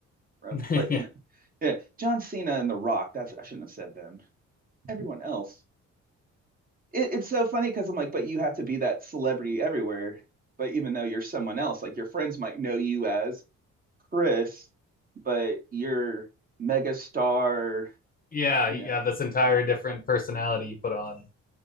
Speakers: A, on the right; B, on the left.
A: uh,
B: <laughs>
A: but
B: yeah,
A: you know, yeah, John Cena and The Rock. That's I shouldn't have said them. Everyone else. It, it's so funny because I'm like, but you have to be that celebrity everywhere. But even though you're someone else, like your friends might know you as Chris, but you're mega star.
B: yeah,
A: You
B: you
A: know,
B: have this entire different personality you put on